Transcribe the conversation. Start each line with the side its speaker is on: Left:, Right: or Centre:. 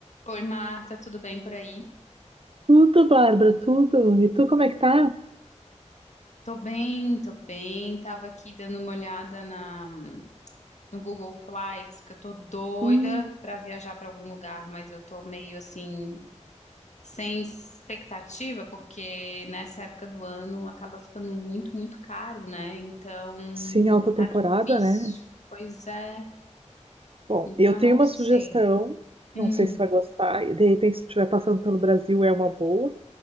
Left: Oi, Marta, tudo bem por aí?
Right: Tudo, Bárbara, tudo. E tu, como é que tá?
Left: Tô bem, tô bem. Tava aqui dando uma olhada na, no Google Flights, porque eu tô doida
Right: Hum,
Left: pra viajar pra algum lugar, mas eu tô meio assim, sem expectativa, porque nessa época do ano acaba ficando muito, muito caro, né? Então,
Right: sim, alta temporada,
Left: tá difícil.
Right: né?
Left: Pois é.
Right: Bom,
Left: Então,
Right: eu tenho
Left: não
Right: uma
Left: sei.
Right: sugestão, não
Left: Hum,
Right: sei se tu vai gostar, e de repente se tu estiver passando pelo Brasil é uma boa.